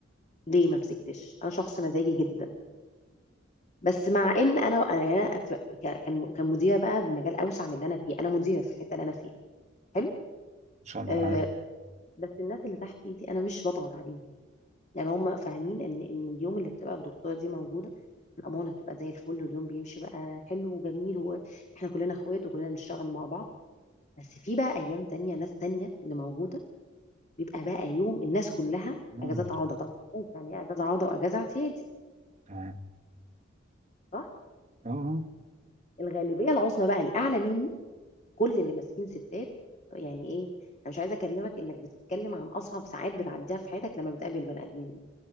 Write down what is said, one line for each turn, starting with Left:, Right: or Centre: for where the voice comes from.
Left: ليه ما مسكتش انا شخص مزاجي جدا بس مع ان انا انا أنا في- ك- كان كان مديره بقى بمجال اوسع من اللي انا فيه انا مديره في الحته اللي انا فيها حلو
Right: إن شاء الله
Left: أه
Right: آه.
Left: بس الناس اللي تحت دي انا مش بضغط عليهم يعني هم فاهمين ان ان اليوم اللي بتبقى الدكتوره دي موجوده الامانه بتبقى زي الفل واليوم بيمشي بقى حلو وجميل واحنا كلنا اخوات وكلنا بنشتغل مع بعض بس في بقى ايام تانية ناس تانية اللي موجوده بيبقى بقى يوم الناس كلها
Right: آه،
Left: اجازات عوضه طب يعني ايه اجازه عوضه واجازه اعتيادي
Right: تمام
Left: صح
Right: آه آه
Left: الغالبيه العظمى بقى الاعلى مني كل اللي ماسكين ستات يعني ايه انا مش عايزه اكلمك انك بتتكلم عن اصعب ساعات بتعديها في حياتك لما بتقابل بني ادمين